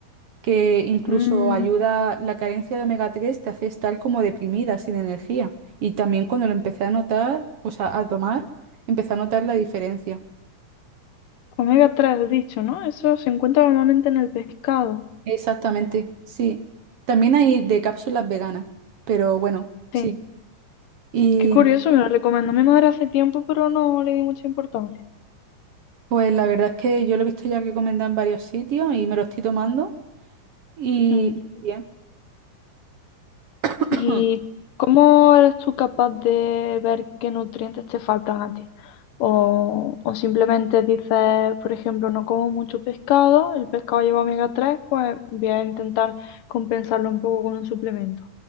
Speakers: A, on the right (about 60°); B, on the left (about 85°).
A: que incluso
B: Mm,
A: ayuda, la carencia de omega 3 te hace estar como deprimida, sin energía. Y también cuando lo empecé a notar, o sea, a tomar, empecé a notar la diferencia.
B: omega tres, has dicho, ¿no? Eso se encuentra normalmente en el pescado.
A: Exactamente, sí. También hay de cápsulas veganas, pero bueno, sí.
B: Sí.
A: Y
B: Qué curioso, me lo recomendó mi madre hace tiempo, pero no le di mucha importancia.
A: pues la verdad es que yo lo he visto ya recomendado en varios sitios y me lo estoy tomando y
B: Mm.
A: y bien. <coughs>
B: ¿Y cómo eres tú capaz de ver qué nutrientes te faltan a ti? O, o simplemente dices, por ejemplo, no como mucho pescado, el pescado lleva omega 3, pues voy a intentar compensarlo un poco con un suplemento.